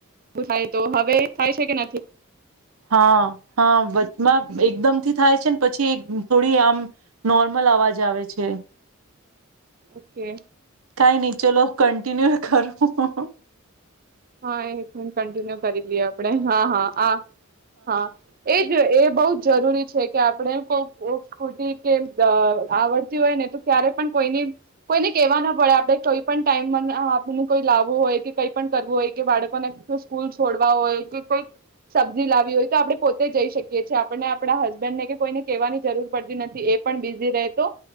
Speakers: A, on the right; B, on the right.
A: એવું થાય તો. હવે થાય છે કે નથી?
B: હા, હા, વચમાં એકદમથી થાય છે, ને પછી એક થોડી આમ નોર્મલ અવાજ આવે છે.
A: ઓકે.
B: કાઈ નહી ચલો કેન્ટિનિયુ ઈ કરો. ઓ હો.
A: હા એક મિનટ કન્ટિન્યુ કરી લઈએ આપણે. હા હા, આ હા એજ એ એઓ બહ જરૂરી છે, કે આપણે કોક ઓ સ્કૂટી કે આહ આવડતી હોય ને તો ક્યારે પણ કોઈની કોઈને કેવા ના પડે આપણે કઈ પણ ટાઈમ આહ આપણ ને કોઈ લાવવું હોય કે કઈ પણ કરવું હોય કે બાળકોને સ્કૂલ છોડવા હોય કે કોઈ સબ્જી લાવી હોય તો આપણે પોતે જઈ શકીએ છીએ આપને આપ હસબન્ડને કે કોઈને કેવાની જરૂર પડતી નથી, એ પણ બિઝી રહે તો